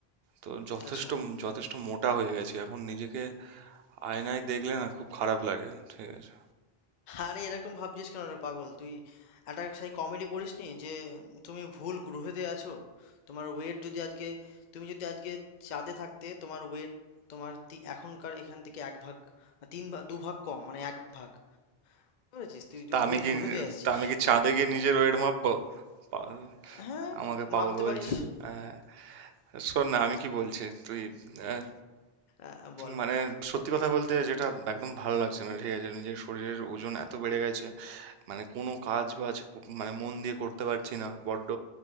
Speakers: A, on the right; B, on the left.
A: তো যথেষ্ট
B: আচ্ছা
A: যথেষ্ট মোটা হয়ে গেছি এখন নিজেকে আয়নায় দেখলে না খুব খারাপ লাগে ঠিক আছে
B: আরে এরকম ভাবছিস কেন রে পাগল তুই একটা সেই কমেডি পড়িসনি যে তুমি ভুল গ্রহেতে আছো তোমার ওয়েট যদি আজকে তুমি যদি আজকে চাঁদে থাকতে তোমার ওয়েট তোমার তি- এখনকার এখান থেকে এক ভাগ বা তিন ভাগ দু ভাগ কম মানে এক ভাগ বুঝেছিস তুই তুই
A: তা
B: ভুল
A: আমি কি
B: গ্রহেতে আসছিস
A: তা আমি কি চাঁদে গিয়ে নিজের ওয়েট মাপবো পাগল।
B: হ্যাঁ
A: আমাকে পাগল
B: মাপতে
A: বলছে
B: পারিস
A: হ্যাঁ শোন না আমি কি বলছি তুই আহ,
B: আহ, বল
A: মানে সত্যি কথা বলতে যেটা একদম ভালো লাগছে না ঠিক আছে নিজের শরীরের ওজন এত বেড়ে গেছে মানে কোনো কাজ বাজ কো- মানে মন দিয়ে করতে পারছি না বড্ড